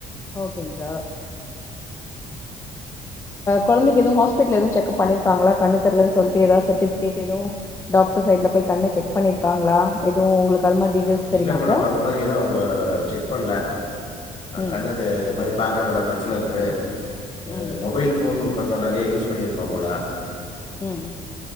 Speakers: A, on the left (about 20°); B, on the left (about 35°).
A: ஓகேங் சார் கொழந்தைக்கு எது ஹாஸ்பிட்டல்ல எது செக்கப் பண்ணிருக்காங்களா கண்ணு தெரலன்னு சொல்லிட்டு ஏதா சர்டிபிகேட் எதோ டாக்டர் சைட்ல போய் கண்ணு செக் பண்ணிருக்காங்களா. எதுவு உங்களுக்கு அது மாரி டீட்டெயில்ஸ் தெரியுமா
B: இல்ல மேடம்
A: சார்
B: அது மாரி எது அவங்க செக் பண்ணல.
A: ம்
B: கண்ணு இது மாரி பாக்குறதுல பிரச்சின. பிரச்சனயிருக்குது.
A: ம்
B: மொபைல் போன். கொஞ்சு நெறையா யூஸ் பண்ணியிருப்பா போல.
A: ம்